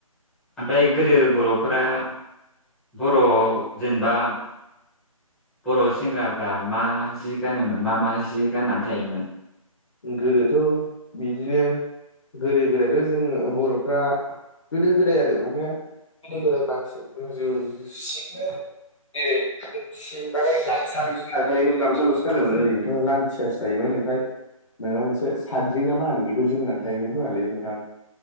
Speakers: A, in the centre; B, on the left.
A: ओमफ्राय गोदो बर'फोरा बर' जेनेबा बर' सेंग्राफ्रा मा जि गानोमोन मा मा जि गाननानै थायोमोन।
B: गोदोथ' बिदिनो गोदो गोदायथ' जोङो बरर'फ्रा गोदो गोदाय आरो माने गोदो गोदाय बांसिन जों सिखनो जेरै फिनबाथाय गामसाल'सो थाखायोमोन गामसाल'सो गानोमोन ओरैनोथ' लांथियासो थायोमोन ओमफ्राय माबा मोनसे साद्रि ना मा होनो बेखौ जोमनानै थायोमोन होआलै नोंथां